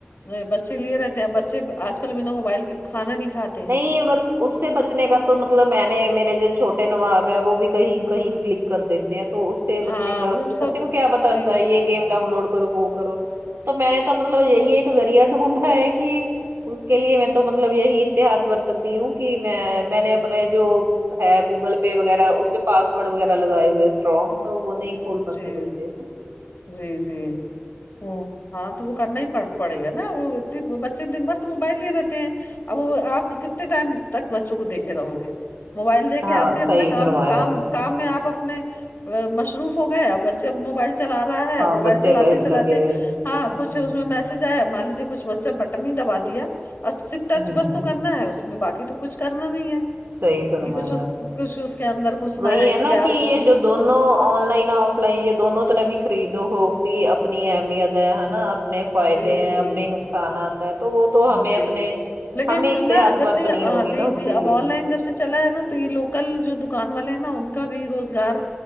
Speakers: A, on the left; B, on the right.
A: نہیں بچے لیے رہتے ہیں بچے آج کل بنا موبائل کے کھانا نہیں کھاتے ہیں
B: نہیں بچ اس سے بچنے کا تو مطلب میں نے میرے جو چھوٹے نواب ہیں وہ بھی کہیں کہیں کلک کر دیتے ہیں تو اس سے
A: ہاں
B: بچنے کا
A: وہ سب
B: بچے کو کیا بتاتا
A: جی
B: ہے یہ گیم ڈاؤن لوڈ کرو وہ کرو تو میں نے تو مطلب یہی ایک ذریعہ ڈھونڈا ہے کہ اس کے لیے میں تو مطلب یہی ہاتھ برتتی ہوں کہ میں میں نے اپنے جو ہے گوگل پے وغیرہ اس پہ پاسورڈ وغیرہ لگائے ہوئے اسٹرانگ تو وہ نہیں کھول
A: جی
B: پاتے بچے ہوں
A: جی جی او ہاں تو وہ کرنا ہی پ پڑے گا نا وہ اتے بچے دن بھر تو موبائل ہی رہتے ہیں اب وہ آپ کتنے ٹائم تک بچوں کو دیکھے رہو گے موبائل دے کے
B: ہاں
A: آپ بھی اپنا
B: صحیح
A: کام
B: فرمایا
A: کام
B: آپ نے
A: کام میں آپ اپنے مصروف ہو گئے اب بچے موبائل چلا رہا ہے
B: ہاں
A: موبائل
B: بچے
A: چلاتے
B: لگے
A: چلاتے
B: رہے
A: ہاں
B: ہوں
A: کچھ اس میں میس یج آیا مان لیجیے کچھ بچا بٹن ہی دبا دیا اور صرف ٹچ
B: ہوں
A: بس تو کرنا ہے اس میں باقی تو کچھ کرنا نہیں ہے
B: صحیح فرمایا
A: کہ کچھ اس
B: آپ نے
A: کچھ اس کے اندر گھسنا
B: وہی ہے نا
A: کیا
B: کہ
A: آپ
B: یہ
A: کو
B: جو دونوں آن لائن آف لائن یہ دونوں طرح کی خریدو ہوتی اپنی اہمیت کیا ہے نا اپنے فائدے
A: جی
B: ہیں
A: جی
B: اپنے نقصانات ہوتے ہیں تو وہ تو
A: جی
B: ہمیں اپنے
A: لیکن
B: ہمیں احتیط
A: نا جب
B: برتنی
A: سے یہ ہاں
B: ہوگی
A: جی
B: نا اس
A: جی
B: کے
A: اب
B: لیے
A: آن لائن جب سے چلا ہے نا تو یہ لوکل جو دکان والے ہیں نا ان کا بھی روزگار